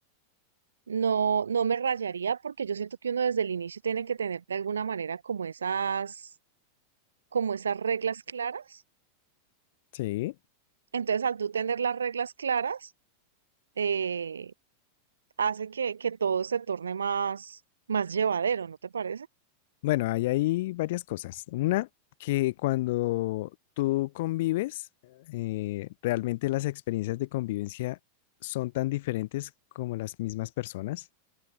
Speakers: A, on the right; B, on the left.
A: no, no me rayaría porque yo siento que uno desde el inicio tiene que tener de alguna manera como esas, como esas reglas claras.
B: Sí.
A: Entonces, al tú tener las reglas claras, eh, hace que, que todo se torne más, más llevadero, ¿no te parece?
B: Bueno, hay ahí varias cosas. Una, que cuando tú convives, eh, realmente las experiencias de convivencia son tan diferentes como las mismas personas.